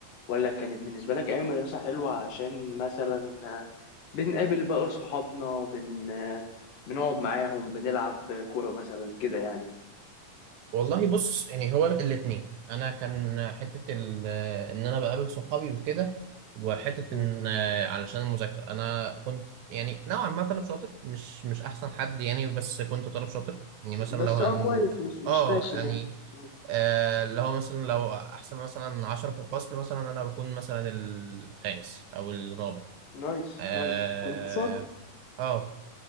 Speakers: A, on the left (about 85°); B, on the right (about 75°).
A: ولا كانت بالنسبة لك ايام مدرسة حلوة عشان مثلا بنقابل بقى صحابنا بن بنقعد معاهم بنلعب كورة مثلا كده يعني
B: والله بص يعني هو الاثنين انا كان حته ال- ان انا بقابل صحابي وكده وحته
A: مم.
B: ان علشان المذاكره انا كنت يعني نوعا ما طالب شاطر مش مش احسن حد يعني بس كنت طالب شاطر يعني مثلا
A: بس
B: لو هن
A: اه كويس مش مش
B: اه
A: فاشل
B: يعني
A: يعني مم.
B: آه اللي هو مثلا لو احسن مثلا عشرة في الفصل مثلا انا بكون مثلا الخامس او الرابع
A: نايس
B: اه,
A: نايس كنت شاطر
B: آه